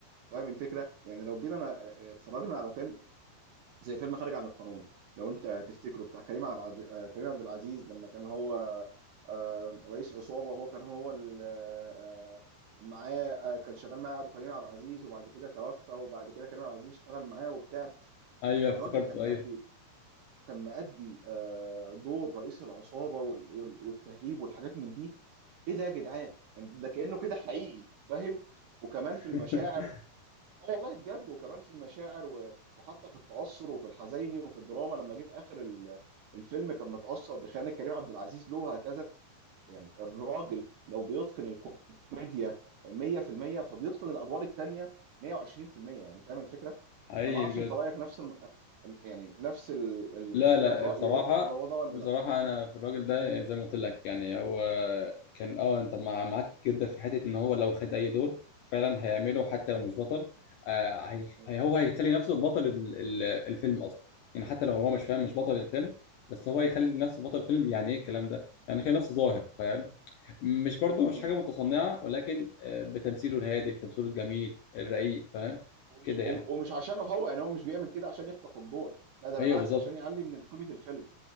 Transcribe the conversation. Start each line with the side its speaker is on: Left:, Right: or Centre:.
Right: فاهم الفكره يعني لو جينا انا آه، اتفرجنا على فيلم زي فيلم خارج عن القانون لو انت تفتكره بتاع كريم عبد آه، كريم عبد العزيز لما كان هو آه، رئيس عصابه هو كان هو ال- آه، معاه آه، كان شغال معاه ابو كريم عبد العزيز وبعد كده توفى وبعد كده كريم عبد العزيز اشتغل معاه وبتاع
Left: ايوه
Right: الراجل
Left: افتكرته
Right: كان مأدي
Left: ايوه
Right: كان مأدي آه، دور رئيس العصابه وال- وال- والتهريب والحاجات من دي ايه ده يا جدعان يعني ده كأنه كده حقيقي فاهم وكمان في المشاعر
Left: <laughs>
Right: اه والله بجد وكمان في المشاعر و- وحتى في التأثر وفي الحزيني وفي الدراما لما جه في آخر ال- الفيلم كان متأثر بخيانة كريم عبد العزيز له وهكذا يعني الراجل لو بيتقن الكوميديا 100% فبيتقن الادوار التانية 120% يعني فاهم الفكره؟
Left: حقيقي
Right: انا ما اعرفش
Left: بجد
Right: انت رايك نفس الم... يعني نفس ال... ال...
Left: لا لا
Right: الراي
Left: بصراحه
Right: برضو في الموضوع ده ولا
Left: بصراحه
Right: لا؟
Left: انا في الراجل ده زي ما قلت لك يعني هو كان اه انت مع معاك جدا في حته ان هو لو خد اي دور فعلا هيعمله حتى لو مش بطل آه هي
Right: مم.
Left: هي- هو هيخلي نفسه بطل ال- ال- الفيلم اصلا يعني حتى لو هو مش فاهم مش بطل الفيلم بس هو هيخلي نفسه بطل فيلم يعني ايه الكلام ده يعني يخلي نفسه ظاهر فاهم مش برضو مش
Right: مم.
Left: حاجة متصنعة ولكن آه، بتمثيله الهادي بتمثيله الجميل الرقيق فاهم
Right: ومش
Left: كده
Right: وم-
Left: يعني
Right: ومش عشانه هو يعني هو مش بيعمل كده عشان يخطف الدور لا ده
Left: ايوه
Right: بالعكس
Left: بالظبط
Right: عشان يعلي من قيمه الفيلم